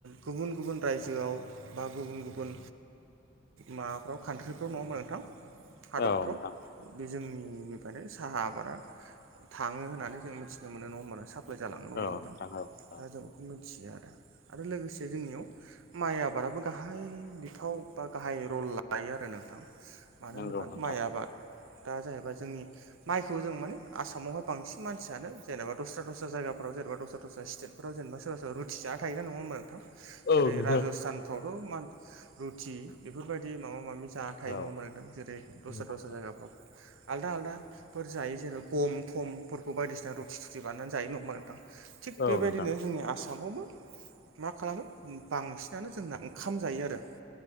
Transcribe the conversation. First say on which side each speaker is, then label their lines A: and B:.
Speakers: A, on the right (about 80°); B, on the left (about 50°).
A: गुबुन गुबुन रायजोआव बा गुबुन गुबुन माबाफ्राव कान्ट्रिफ्राव नङा होमबा नोंथां हादरफ्राव
B: औ नोंथां
A: जोंनिफ्रायनो साहा आबादा थाङो होननानै जों मिथिनो मोनो नङा होमब्ला नो साप्लाय जाब नङा होमबा
B: औ
A: नोंथां।
B: औ
A: दा
B: औ
A: जों बेखौ। <unintelligible> आरो लोगोसे जोंनियाव माइ आबादाबो गाहाय बिफाव बा गाहाय र लायो आरो नोंथां मानो
B: नंगौ
A: होनोबा
B: नोंथां
A: माइ आबाद दा जाहैबाय जोंनि माइखौ जों माने आसामावहाय बांसिन मानसियानो जेनेबा दस्रा दस्रा जायगा फोराव जेनबा दस्रा दस्रा स्टेटफ्राव जेनबा सोरबा सोरबा रुटि जाना थायो नङा होमबा नोंथां जेरै
B: औ नोंथां
A: राज'स्थानफ्राव <unintelligible> रुथि बेफोर बायदि माबा माबि जाना थायो
B: औ
A: नङा होनबा नोंथां जेरै दस्रा
B: नंगौ
A: दस्रा
B: नोंथां
A: जायगाफ्राव आलदा आलदाफोर जायो। जेराव गम थमफोरखौ बायदिसिना रुथि थुथि बानायनानै जायो नङा होमबा नोंथां थिग
B: औ
A: बेबायदिनो
B: नोंथां
A: जोंनि आसाम माव मा खालामो बांसिनानो जोंना ओंखाम जायो आरो